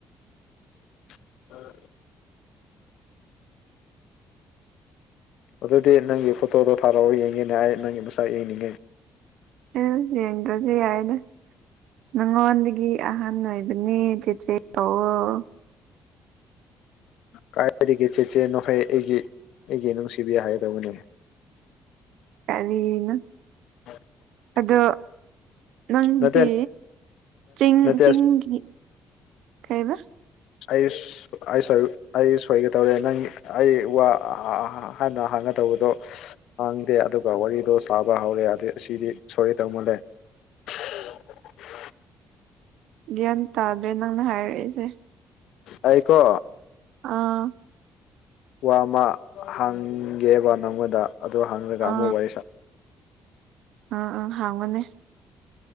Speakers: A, on the left; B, on the right.
A: <unintelligible> ꯑꯗꯨꯗꯤ ꯅꯪꯒꯤ ꯐꯣꯇꯣꯗꯣ ꯊꯥꯔꯛꯑꯣ ꯌꯦꯡꯒꯦꯅꯦ ꯑꯩ ꯅꯪꯒꯤ ꯃꯁꯛ ꯌꯦꯡꯅꯤꯡꯉꯦ
B: ꯑꯦ ꯌꯦꯡꯗ꯭ꯔꯖꯨ ꯌꯥꯏꯗ ꯅꯪꯉꯣꯟꯗꯒꯤ ꯑꯍꯟ ꯍꯟ ꯑꯣꯏꯕꯅꯦ ꯆꯦꯆꯦ ꯀꯧꯑꯣ
A: ꯀꯥꯏꯗꯒꯤ ꯆꯦꯆꯦꯅꯣꯍꯩ ꯑꯩꯒꯤ ꯑꯩꯒꯤ ꯅꯨꯡꯁꯤꯕꯤ ꯍꯥꯏꯒꯗꯧꯕꯅꯦ
B: ꯀꯔꯤꯅꯣ
A: <inaudible>
B: ꯑꯗꯣ ꯅꯪꯗꯤ
A: ꯅꯠꯇꯦ
B: ꯆꯤꯡ
A: ꯅꯠꯇꯦ
B: ꯆꯤꯡꯒꯤ ꯀꯩꯕ
A: ꯑꯩꯁ ꯑꯩꯁ ꯑꯩꯁꯨ ꯑꯩ ꯁꯣꯏꯒꯦ ꯇꯧꯔꯦ ꯅꯪ ꯑꯩ ꯋꯥ ꯑꯥ ꯑꯥ ꯑꯥ ꯑꯍꯥꯟꯅ ꯍꯥꯡꯒ ꯇꯧꯕꯗꯣ ꯍꯥꯡꯗꯦ ꯑꯗꯨꯒ ꯋꯥꯔꯤꯗꯣ ꯁꯥꯕ ꯍꯧꯔꯦ ꯑꯗꯦ ꯑꯥꯁꯤꯗꯤ ꯁꯣꯏꯒꯗꯧ ꯃꯜꯂꯦ <inaudible>
B: ꯒ꯭ꯌꯥꯟ ꯇꯥꯗꯦ ꯅꯪꯅ ꯍꯥꯏꯔꯛꯏꯁꯦ
A: ꯑꯩꯀꯣ
B: ꯑꯥ
A: ꯋꯥ ꯑꯃꯥ ꯍꯥꯡꯒꯦꯕ ꯅꯪꯉꯣꯟꯗ ꯑꯗꯨ ꯍꯥꯡꯔꯒ
B: ꯑꯥ
A: ꯑꯃꯨꯛ ꯋꯥꯔꯤ ꯁꯥ
B: ꯑꯥ ꯑꯥ ꯍꯥꯡꯉꯣꯅꯦ